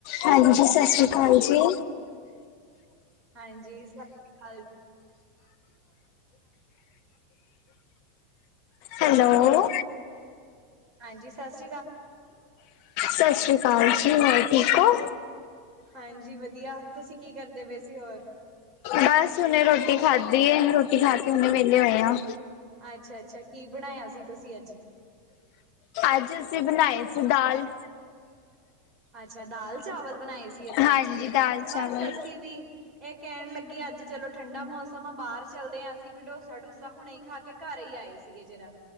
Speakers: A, on the left; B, on the right.
A: ਹਾਂਜੀ
B: ਹੈਲੋ,
A: ਸਸ ਸ੍ਰੀ ਕਾਲ ਜੀ।
B: ਹਾਂਜੀ ਸਸ ਸ੍ਰੀ ਕਾਲ <inaudible>
A: ਹੈਲੋ।
B: ਹਾਂਜੀ ਸਸ ਸ੍ਰੀ ਕਾ
A: ਸਸ ਸ੍ਰੀ ਕਾਲ ਜੀ ਹੋਰ ਠੀਕ ਔ।
B: ਹਾਂਜੀ ਵਧੀਆ ਤੁਸੀ ਕੀ ਕਰਦੇ ਪਏ ਸੀ ਹੋਰ?
A: ਬਸ ਹੁਨੇ ਰੋਟੀ ਖਾਧੀ ਹੈ ਰੋਟੀ ਖਾ ਕੇ ਹਨੇ ਵਿਹਲੇ ਹੋਏ ਆ।
B: ਅੱਛਾ-ਅੱਛਾ ਕੀ ਬਣਾਇਆ ਸੀ ਤੁਸੀਂ ਅੱਜ।
A: ਅੱਜ ਅਸੀ ਬਣਾਏ ਸੀ ਦਾਲ
B: ਅੱਛਾ ਦਾਲ ਚਾਵਲ ਬਣਾਏ ਸੀ ਅੱਛਾ-ਅੱਛਾ
A: ਹਾਂਜੀ ਦਾਲ
B: ਬਸ
A: ਚਾਵਲ
B: ਅਸੀ ਵੀ ਇਹ ਕਹਿਣ ਲੱਗੀ ਅੱਜ ਚਲੋ ਠੰਡਾ ਮੌਸਮ ਆ ਬਾਹਰ ਚੱਲਦੇ ਹਾ ਅਸੀ ਵੀ ਡੋਸਾ ਡੋਸਾ ਹੁਣੇ ਖਾ ਕੇ ਘਰ ਹੀ ਆਏ ਸੀਗੇ ਜਰਾ।